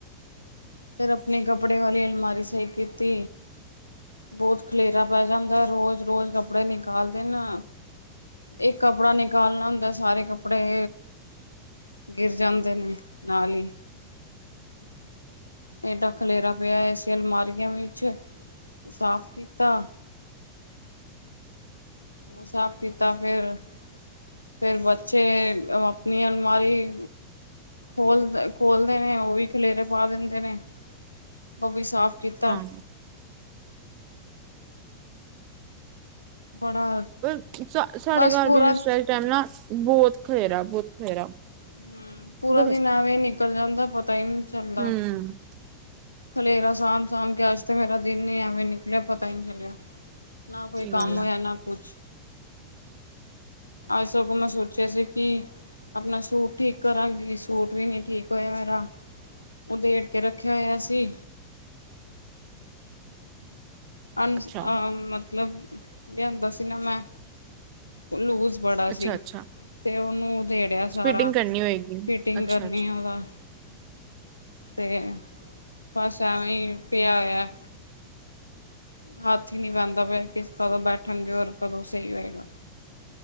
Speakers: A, on the left; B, on the right.
A: ਫਿਰ ਆਪਣੇ ਕੱਪੜੇ ਵਾਲੀ ਅਲਮਾਰੀ ਸਹੀ ਕੀਤੀ ਬਹੁਤ ਖਲੇਰਾ ਪੈ ਜਾਂਦਾ ਰੋਜ਼-ਰੋਜ਼ ਕੱਪੜੇ ਨਿਕਲ ਖਾਲਦੇ ਨਾ ਇਹ ਕੱਪੜਾ ਨਿਕਾਲਣਾ ਹੁੰਦਾ ਸਾਰੇ ਕੱਪੜੇ, ਗਿਰ ਜਾਂਦੇ ਨੇ ਨਾਲ ਹੀ ਏਡਾ ਖਲੇਰਾ ਪਿਆ ਸੀ ਅਲਮਾਰੀਆਂ ਵਿੱਚ ਸਾਫ਼ ਕੀਤਾ ਉਹ ਸਾਫ਼ ਕੀਤਾ ਫੇਰ-ਫੇਰ ਬੱਚੇ ਆਪਣੀ ਅਲਮਾਰੀ ਖੋਲ ਖੋਲਦੇ ਨੇ ਉਹ ਵੀ ਖਲੇਰੇ ਪਾ ਦਿੰਦੇ ਨੇ ਉਹ ਵੀ ਸਾਫ਼ ਕੀਤਾ।
B: ਹਾਂ
A: ਬੜਾ
B: ਪਰ ਸਾ ਸਾਡੇ
A: ਬਸ
B: ਘਰ
A: ਪੂਰਾ
B: ਵੀ ਇਸ ਵਾ ਟਾਈਮ ਨਾ ਬਹੁਤ ਖਲੇਰਾ ਬਹੁਤ ਖਲੇਰਾ
A: ਹਮ, ਪੂਰਾ
B: ਮਤਲਬ
A: ਦਿਨ ਏਂਵੇ ਨਿਕਲ ਜਾਂਦਾ ਪਤਾ ਹੀ ਨਹੀਂ ਚੱਲਦਾ
B: ਹੂੰ
A: ਖਲੇਰਾ ਸਾਂਭ ਕਾਮ ਕੇ ਆਜ ਤੇ ਮੇਰਾ ਦਿਨ ਹੀਂ ਏਵੇਂ ਨਿਕਲਿਆ ਪਤਾ ਹੀ ਨੀ ਚਲਿਆ ਨਾ ਕੋਈ
B: ਸਹੀ ਗੱਲ
A: ਕੰਮ ਹੋਇਆ
B: ਆ
A: ਨਾ ਕੁਛ ਅੱਜ ਸਗੋਂ ਮੈਂ ਸੋਚਿਆ ਸੀ ਕਿ ਆਪਣਾ ਸੂਟ ਠੀਕ ਕਰਾਂਗੀ ਸੂਟ ਵੀ ਨਹੀਂ ਠੀਕ ਹੋਇਆ ਮੇਰਾ ਉਹ ਦੇ ਅਗੇ ਰੱਖਿਆ ਹੋਇਆ ਸੀ ਅਸਂ
B: ਅੱਛਾ
A: ਅ ਮਤਲਬ ਲਿਆਂਦਾ ਸੀ ਨਾ ਮੈਂ ਲੂਜ ਬੜਾ
B: ਅੱਛਾ
A: ਸੀ
B: ਅੱਛਾ
A: ਤੇ ਉਹ ਮੁਂ ਧੇੜਿਆ ਸਾਰਾ
B: ਫਿਟਿੰਗ ਕਰਨੀ ਹੋਏਗੀ
A: ਫਿਟਿੰਗ
B: ਅੱਛਾ
A: ਕਰਨੀ
B: ਅੱਛਾ
A: ਆ ਉਹਦਾ ਤੇ ਬਸ ਏਵੇਂ ਪਿਆ ਹੋਇਆ ਹੱਥ ਹੀ ਨਹੀਂੀ ਪੈਂਦਾ ਪਿਆ ਕਿਸ ਤਰਾ ਬੈਠਣਗੇ ਰ ਕਦੋਂ ਸਹੀ ਹੋਏਗਾ